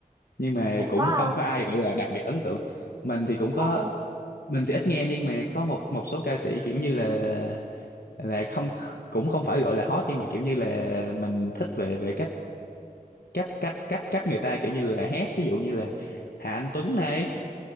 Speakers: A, on the left; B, on the right.
A: nhưng mà
B: bạn
A: cũng
B: có
A: không
B: không
A: có ai gọi là đặc biệt ấn tượng mình thì cũng có
B: ồ
A: mình thì ít nghe nhưng mà có một một số ca sĩ kiểu như là là không cũng không phải gọi là hot nhưng mà kiểu như là mình thích về về cách cách cách cách cách người ta kiểu như là hát ví dụ như là Hà Anh Tuấn này